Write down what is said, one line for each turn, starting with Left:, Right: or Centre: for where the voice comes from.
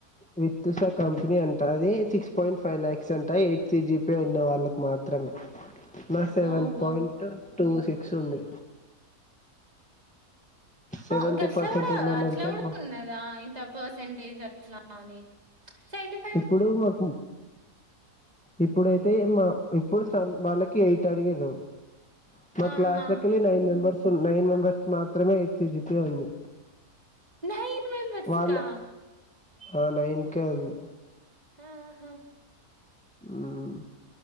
Centre: విత్తూస్ అది కంపనీ అంట్ ట అది సిక్స్ పాయింట్ ఫైవ్ ల్యాక్స్ అంట ఎయిట్ సీ జీ పీ ఉన్న వాళ్ళకి మాత్ త్రమే నాది సెవెన్
Right: ఓహో
Centre: పాయింట్ టూ సిక్స్ ఉంది సెవెంటీ
Right: అ గట్లగుడ
Centre: పర్సెంట్ ఉన్నోళ్ళంటే
Right: అట్లగుడ
Centre: బా
Right: ఉన్నద్ ఆ ఇంత పర్సంటేజ్ అట్లా అని సెవెంటీ ఫ్
Centre: ఇప్పుడు మాకు ఇప్పుడైతే ఎమ్మ ఇప్పుడు సెవెన్ వాళ్ళకి ఎయిట్ అడిగిర్రు మా
Right: ఆహా
Centre: క్లాస్లకెళ్ళి నైన్ మెంబెర్స్ నైన్ మెంబర్స్ కి మాత్రమే ఎయిట్ సి జి పీ ఉంది
Right: నైన్ మెంబర్స్
Centre: వాళ్ళ
Right: కా
Centre: అవునా ఈన్కే ఉంది
Right: ఆహా
Centre: మ్మ్